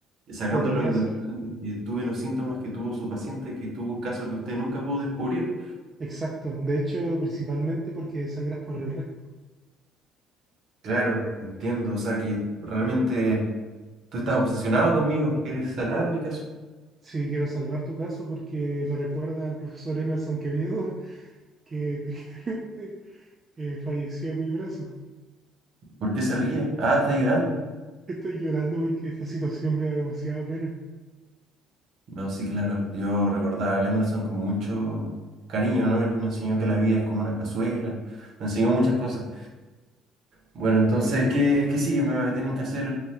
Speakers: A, on the right; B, on the right.
A: eh, sacándolo
B: Podría
A: en deducción,
B: ser.
A: y tuve los síntomas que tuvo su paciente, que tuvo un caso que usted nunca pudo descubrir.
B: Exacto. De hecho, principalmente porque sangras por el recto.
A: Claro, entiendo, o sea que realmente tú estás obsesionado conmigo, quieres sanar mi caso.
B: Sí, quiero salvar tu caso porque me recuerda al profesor Emerson Quevedo, que <laughs> tristemente eh, falleció en mi brazo.
A: ¿Por qué se ríe? Ah, está llorando.
B: Estoy llorando porque esta situación me da demasiada pena.
A: No, sí, claro, yo recordaba a Emerson con mucho cariño, ¿no? Él me enseñó que la vida es como una cazuela, me enseñó muchas cosas. Bueno, entonces, ¿qué, qué sigue? ¿Me tienen que hacer